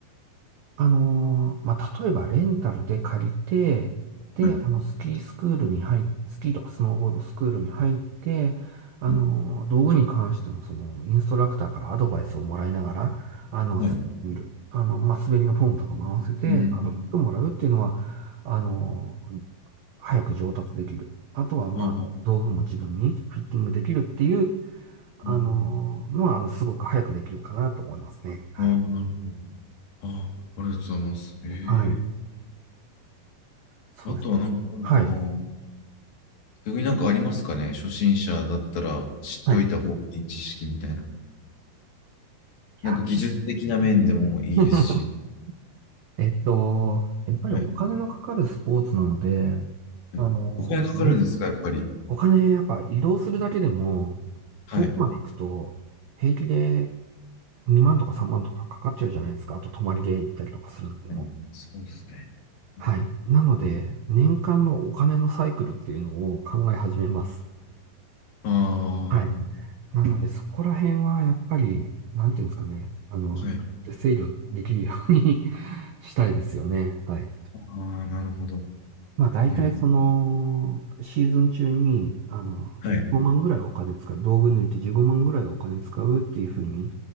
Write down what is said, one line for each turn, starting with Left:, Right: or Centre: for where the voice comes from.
Right: あのーまあ、例えばレンタルで借りて、で、
Left: はい、
Right: あの、スキースクールに入っ、スキーとかスノーボードスクールに入って、あのー道具に関しても、
Left: は
Right: その、インストラクターからアドバイスをもらいながら、あの、
Left: い、
Right: 滑ってみる。
Left: はい。
Right: あの、まあ、滑りのフォームとかも合わせて、
Left: うん、
Right: アドバイスをもらうっていうのは、あのー早く上達できる。あとは、まあ、
Left: ああ、
Right: 道具も自分にフィッティングできるっていう、あのーのは、
Left: うん
Right: あの、すごく早くできるかなと思いますね。はい。
Left: ああ、なるほど。ああ、ありがとうございます。え
Right: はい。
Left: え
Right: そうですね。
Left: あとは何かあるかな
Right: はい。
Left: 逆になんかありますかね初心者だったら知っといた方がいい知識みたいな。
Right: はい。いや
Left: なんか技術的な面でもいいですし。
Right: <laughs> えっと、やっぱりお金のかかるスポーツなので、
Left: はい。はい、
Right: あの、
Left: お金かかるんですかやっぱり。
Right: ね、お金やっぱ移動するだけでも、
Left: はい。
Right: 遠くまで行くと、平気で2万とか3万とかかかっちゃうじゃないですか。あと泊まりで行ったりとかするんでも。
Left: はい、そうですね。
Right: はい。
Left: うん、
Right: なので、年間のお金のサイクルっていうのを考え始めます。
Left: あ
Right: はい。なので、そこら辺はやっぱり、なんていうんですかね。あの、
Left: あ、はい。
Right: 制御できるように <laughs> したいですよね。はい。
Left: ああ、なるほど。
Right: まあ大体その、
Left: うん。
Right: シーズン中に、あの、
Left: はい。
Right: 15万ぐらいお金使う、道具抜いて15万ぐらいお金使うっていうふうに、